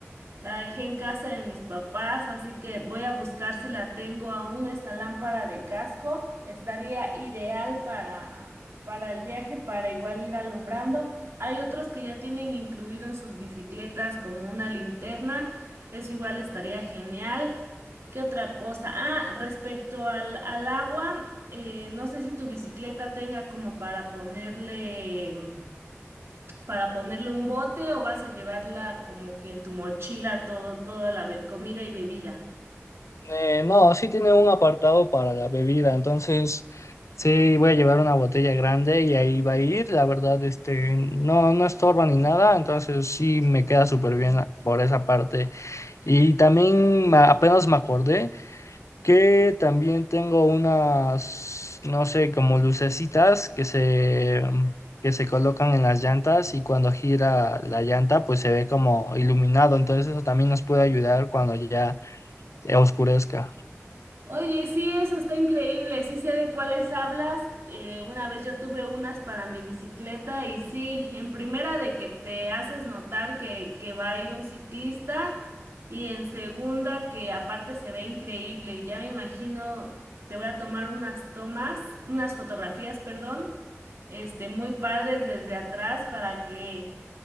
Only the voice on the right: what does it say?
La dejé en casa de mis papás, así que voy a buscar si la tengo aún, esa lámpara de casco. Estaría ideal para, para el viaje, para igual ir alumbrando. Hay otros que ya tienen incluido en sus bicicletas como una linterna. Eso igual estaría genial. ¿Qué otra cosa? Ah, respecto al, al agua, eh, no sé si tu bicicleta tenga como para ponerle para ponerle un bote o vas a llevarla como que en tu mochila todo, toda la be- comida y bebida?
Oye, sí, eso está increíble, sí sé de cuáles hablas. eh, una vez yo tuve unas para mi bicicleta y sí, en primera de que te haces notar que, que va ahí un ciclista y en segunda que aparte se ve increíble. Ya me imagino, te voy a tomar unas tomas, unas fotografías, perdón, este, muy padres desde atrás para que